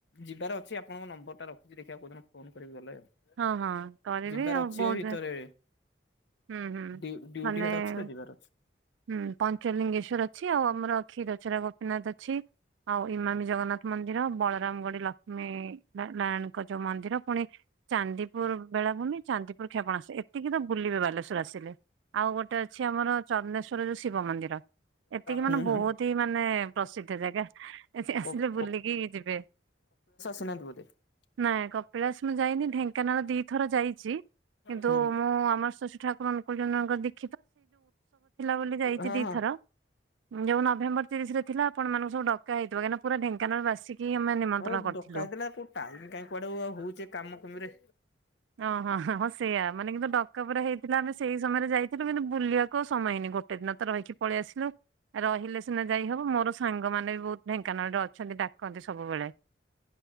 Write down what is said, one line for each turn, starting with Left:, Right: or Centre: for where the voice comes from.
Left: ଯିବାର ଅଛି ଆପଣଙ୍କ ନମ୍ବର ଟା ରଖିଛି ଦେଖିବାକୁ କୋଉଦିନ ଫୋନ କରିବି ଗଲେ ଆଉ।
Right: ହଁ ହଁ କରିବି
Left: ଯିବାର
Right: ଆଉ
Left: ଅଛି
Right: ବହୁତ
Left: ଏଇ ଭିତରେ।
Right: ହୁଁ ହୁଁ
Left: ଡ୍ୟୁଟି
Right: ମାନେ
Left: ହେଆଡେ ଅଛି ତ ଯିବାର ଅଛି।
Right: ହୁଁ ପଞ୍ଚଲିଙ୍ଗେଶ୍ଵର ଅଛି ଆଉ ଆମର କ୍ଷୀରଚୋରା ଗୋପୀନାଥ ଅଛି। ଆଉ ଇମାମୀ ଜଗନ୍ନାଥ ମନ୍ଦିର ବଳରାମ ଗଡି ଲକ୍ଷ୍ମୀ ନାରାୟଣଙ୍କ ଯୋଉ ମନ୍ଦିର ପୁଣି ଚାନ୍ଦିପୁର ବେଳାଭୂମି ଚାନ୍ଦିପୁର କ୍ଷେପଣାସେ ଏତିକି ତ ବୁଲିବେ ବାଲେଶ୍ଵର ଆସିଲେ। ଆଉ ଗୋଟେ ଅଛି ଆମର ଚନ୍ଦନେଶ୍ଵର ଯୋଉ ଶିବ ମନ୍ଦିର। ଏତିକି ମାନେ
Left: ହୁଁ ହୁଁ
Right: ବହୁତ ହିଁ ମାନେ ପ୍ରସିଦ୍ଧ ଜାଗା। ଏଠି ଆସିଲେ
Left: କ କ
Right: ବୁଲିକି ଯିବେ।
Left: <unintelligible>
Right: ନାଇଁ କପିଳାସ ମୁଁ ଯାଇନି ଢେଙ୍କାନାଳ ଦିଥର ଯାଇଛି। କିନ୍ତୁ
Left: ହୁଁ
Right: ମୁଁ ଆମର ଶଶୀ ଠାରଙ୍କଚନଙ୍କ ଦି ବୋଲି ଯାଇଛି
Left: ହଁ
Right: ଦିଥର।
Left: ହଁ।
Right: ଯୋଉ ନଭେମ୍ବର ତିରିଶରେ ଥିଲା ଆପଣ ମାନଙ୍କୁ ସବୁ ଡକା ହେଇଥିବ କାହିଁକିନା ପୁରା ଢେଙ୍କାନାଳ ବାସିକି। କି ଆମେ ନିମନ୍ତ୍ରଣ
Left: ହଁ
Right: କରିଥିଲୁ।
Left: ଡକା ହେଇଥିଲା କୋଉ ଟାଇମ କାଇହିଁ କୁଆଡେ ଆଉ କାମ କୁମିରେ।
Right: ଓହୋ ହଁ ହଁ ସେଇୟା ମାନେ କିନ୍ତୁ ଡକା ପୁରା ହେଇଥିଲା ଆମେ ସେଇ ସମୟରେ ଯାଇଥିଲୁ କିନ୍ତୁ ବୁଲିବାକୁ ଆଉ ସମୟନି ଗୋ ସେଦିନ ତ ରହିକି ପଳେଇ ଆସିଲୁ ରହିଲେ। ସିନା ଯାଇ ହବ ମୋର ସାଙ୍ଗମାନେ ବି ବହୁତ ଢେଙ୍କାନାଳ ରେ ଅଛନ୍ତି ଡାକନ୍ତି ସବୁବେଳେ।